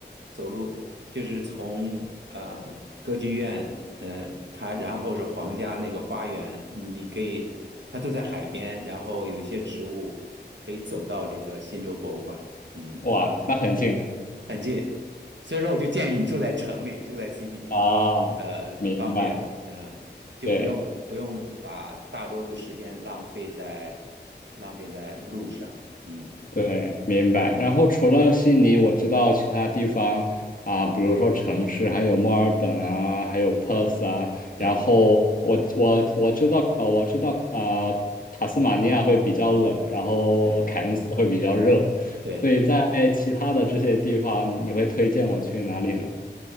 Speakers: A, on the right (about 80°); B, on the left (about 50°).
A: 走路，就是从呃歌剧院，呃，它然后是皇家那个花园，你可以，它都在海边，然后有一些植物可以走到这个新州博物馆，嗯，
B: 哇，那很近
A: 很近，所以说我就建议你住在城里，住在 CBD，
B: 啊，
A: 呃，
B: 明白，
A: 很方便，那、就不用不用把大多数时间浪费在浪费在路上，
B: 对。
A: 嗯，
B: 对，明白。然后除了悉尼，我知道其他地方啊，比如说城市，还有墨尔本啊，还有 Perth 啊。
A: 对
B: 然后我我我知道，呃，我知道啊，呃塔斯马尼亚会比较冷，然后凯恩斯会比较热。
A: 对。对
B: 所以在其他的这些地方，你你会推荐我去哪里呢？